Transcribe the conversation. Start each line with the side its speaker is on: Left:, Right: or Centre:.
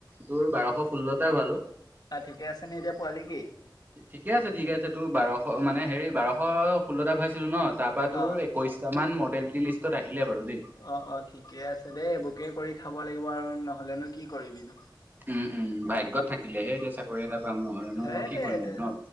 Right: তোৰ বাৰশ ষোল্লটা পালোঁ।
Left: অ ঠিকে আছে নে এতিয়া পোৱালি কি
Right: ঠিকে আছে, ঠিকে আছে, তোৰ বাৰশ, মানে, হেৰি, বাৰশ। এশ ষোল্লটা ভৰাইছিলোঁ ন? তাৰ পৰা তোৰ
Left: অ
Right: একৈশটা মান মৰ্টেলিটি লিষ্টত আহিলে বাৰু দেই।
Left: অ', ঠিকে আছে দেই, এইবোৰকে কৰি খাব লাগিব, আৰু নহ'লেনো কি কৰিবি নো?
Right: উম উম, ভাগ্যত থাকিলেহে এতিয়া চাকৰি এটা পাম। নহ'লে নো,
Left: সেইটোৱে
Right: কি কৰিম আৰু ন?